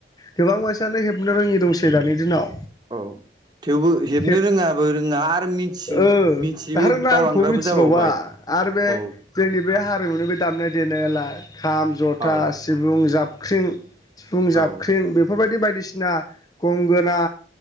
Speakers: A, on the left; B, on the right.
A: गोबां मानसियानो हेबनो रोङि दंसै दानि दिनाव
B: औ थेवबो हेबनो
A: हेब
B: रोङाबो रोङा आरो मिथि
A: ओ
B: मिथियैबो
A: आरो नामखौ
B: बावलांग्राबो
A: मिथिबावा
B: जाबावबाय
A: आरो बे
B: औ
A: जोंनि बे हारिमुनि बे दामनाय देनायालाय खाम जथा
B: औ
A: सिफुं जाबख्रिं सिफुं जाबख्रिं
B: औ
A: बेफोरबायदि बायद कृष्णा गंगोना